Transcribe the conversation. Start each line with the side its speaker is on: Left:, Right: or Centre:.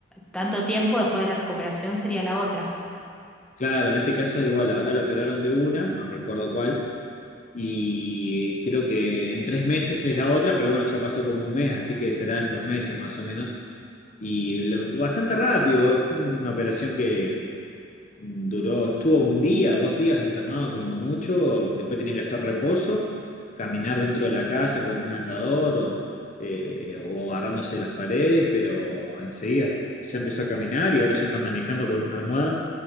Centre: tanto tiempo después de la recuperación sería la otra.
Left: Claro, en este caso es igual, ahora lo operaron de una, no recuerdo cuál, y creo que en tres meses es la otra, pero bueno, ya pasó como un mes, así que será en dos meses más o menos. Y lo- bastante rápido, fue una operación que Duró, estuvo un día, dos días internado como mucho, después tenía que hacer reposo, caminar dentro de la casa con un andador o, eh, o agarrándose de las paredes, pero enseguida ya empezó a caminar y ahora ya está manejando con una almohada.